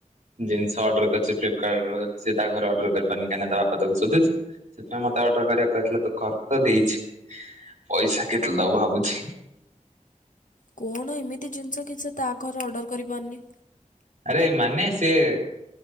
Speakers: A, on the right; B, on the left.
A: ଜିନିଷ ଅଡର କରିଛି ଫ୍ଲିପକାର୍ଟ ରୁ। ସେ ତା ଘରେ ଅଡର୍ କରିପାରୁନି। କାହିଁକି ନା ତା ବାପା ତାକୁୁ ସୋଧୁଛି ସେଥିପାଇଁ ମତେ ମତେ ଅର୍ଡର କରିବାକୁ କହିଥିଲା। ମୁଁ କରି ତ ଦେଇଛି, ପଇସା କେତବେଳେ ଦବ ଭାବୁଛି?
B: କଣ ଏମିତି ଜିନିଷ କି ସେ ତା ଘରେ ଅର୍ଡର କରିପାରୁନି?
A: ଆରେ ମାନେ ସିଏ